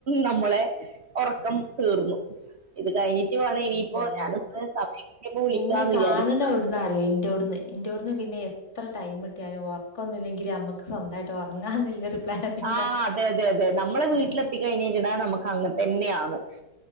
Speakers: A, on the right; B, on the left.
A: നമ്മളെ ഒറക്കം തീർന്നു എന്നീട്ട് വേണം ഇനിയിപ്പോ
B: ശരിയെന്നെ
A: ഞാനൊന്ന് <unintelligible> വിളിക്കാന്ന്
B: പിന്നെ കാണ്
A: വിചാരിച്ചതാ
B: ണവ്ടുന്നാറിയോ ഇൻ്റോട്ന് ഇൻ്റോട്ന് പിന്നെ എത്ര ടൈംട്ടിയാലും ഒറക്ക ഒക്കൊന്നുല്ലങ്കില് നമ്മക്ക് സ്വന്തായിട്ട് ഒറങ്ങാന്ന്ല്ലൊരു പ്ലാൻ ഉണ്ടാവും
A: ആ അതെ അതെ അതെ നമ്മളെ വീട്ടിലെത്തിക്കഴിഞ്ഞയ്ഞ്ഞാ
B: ഉം.
A: നമ്മക്കങ്ങെൻതന്നെയാണ്